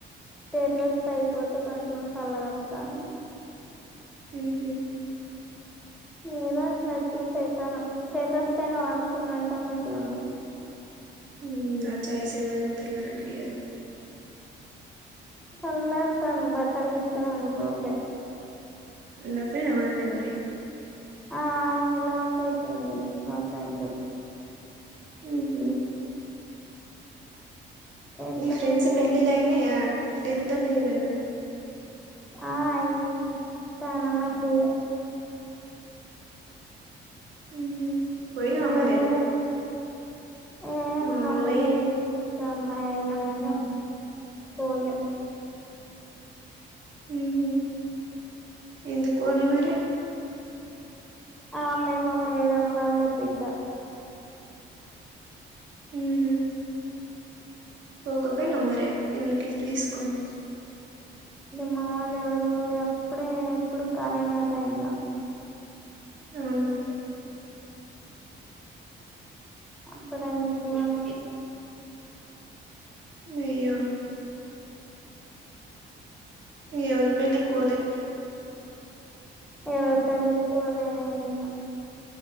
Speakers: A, in the centre; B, on the right.
A: తెరాస పైకి పోత కొంచెం చల్లగా వస్తోంది
B: హమ్ మ్మ
A: ఏదో అట్లా అడ్జిస్ట్ అవుతున్నాం టెర్రర్స్వా పైన పడుకోమంటే మంచిండు
B: హమ్ ఆ ఛాయస్ ఎవరిస్తారు మనకు
A: చల్లగా వస్తుంది బట్టలు తీసుకురాను పోతే
B: ఉండ పేను మరి అనే
A: ఆ ఆమె ఎలా చేసింది మా ఫ్రెండ్
B: హమ్
A: ఎట్లనే
B: మీ ఫ్రెండ్స్ పెళ్లిళ్లు
A: అంటది
B: అయినా టెన్త్ ఇద్దరినీ పిలవన్న
A: ఆ ఏమైంది ఇప్పుడే స్నానం అయింది
B: ఉహు పోయినవా
A: నీవల్లే
B: మరే
A: ఊ ఒక
B: మావోళ్ళయి
A: అమ్మాయి మోసం చేసింది అమ్మాయి నా కానీ పోలే
B: ఊహూ ఎందుకు పోలే మరి
A: ఆమె మా మేడం వాళ్ళ బిడ్డ
B: ఊహూ పోకపోయినావు మరే ఏమన్న గిఫ్ట్ తీసుకొని
A: ఇ మావాళ్ళ ఎవళ్ళల్ల అప్పుడే ఎప్పుడు కరోనా టైమ్ లో
B: ఊహూ
A: అప్పుడే అయింది వాళ్ళది
B: అయ్యో ఏవలి పెళ్లికి ఓలే
A: ఎవరి పెళ్లికి పోలే నేనింగా